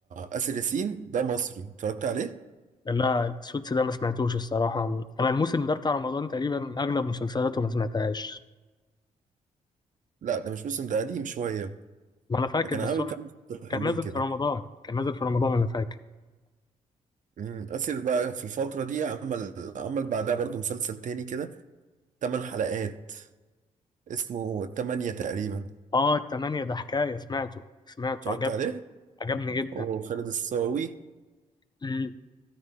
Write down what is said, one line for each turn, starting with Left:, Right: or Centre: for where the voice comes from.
Right: آسر ياسين ده مصري اتفرجت عليه
Left: لا السوتس ده ما سمعتوش الصراحة أنا الموسم ده بتاع رمضان تقريبا أغلب مسلسلاته ما سمعتهاش
Right: لا ده مش موسم ده قديم شوية
Left: ما أنا فاكر
Right: ده كان
Left: بس
Right: عامل
Left: هو
Right: كام مسلسل
Left: كان
Right: حلوين
Left: نازل
Right: كده
Left: في رمضان كان نازل في رمضان أنا فاكر
Right: أمم، آسر بقى في الفترة دي عمل عمل بعدها برضو مسلسل تاني كده تمن حلقات اسمه تمانية تقريبا
Left: اه التمانية ده حكاية سمعته سمعته
Right: اتفرجت
Left: عجب
Right: عليه
Left: عجبني جدا
Right: هو خالد الصاوي
Left: مم.